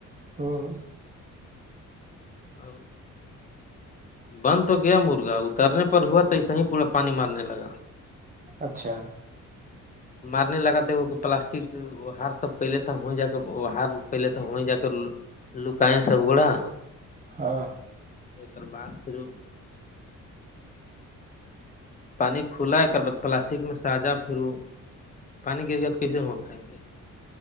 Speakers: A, on the right (about 25°); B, on the left (about 25°).
A: ہاں
B: ہ بند تو گیا مرغا اترنے پر ہوا تو اسسا ہی پورا پانی مارنے لگا
A: اچھا
B: مارنے لگا تو وہ پلاسٹک ا ہار سب کیلے تھ وہیں جااک اار کیلے تھ ہویں جااک لکائے سب گوڑا
A: ہاں
B: اور بعد پھر پانی کھلا کر بد پلاسٹک میں ساجا پھرو پانی گر تو کیسے ہو کھائیں گے